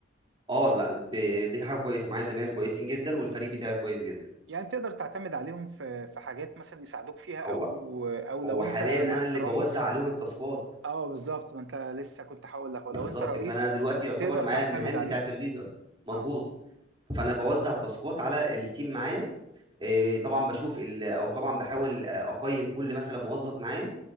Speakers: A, on the right; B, on the right.
A: اه لا ب- دي حاجه كويسه معايا زمايل كويسين جدا والفريق بتاعي كويس جدا
B: يعني تقدر تعتمد عليهم في في حاجات مثلا يساعدوك فيها او
A: هو
B: او لو
A: هو
B: انت
A: حاليا
B: ما-
A: انا اللي
B: رئيس
A: بوزع عليهم التاسكات
B: اه بالظبط ما انت لسه كنت هقول لك ولو
A: بالظبط
B: انت رئيس
A: فانا دلوقتي يعتبر
B: بتقدر
A: معايا
B: تعتمد
A: المهام
B: عليهم
A: بتاعه الليدر مظبوط
B: اه
A: فانا بوزع تاسكات على التيم معايا إيه، طبعا بشوف ال- او طبعا بحاول آه، اقيم كل مثلا موظف معايا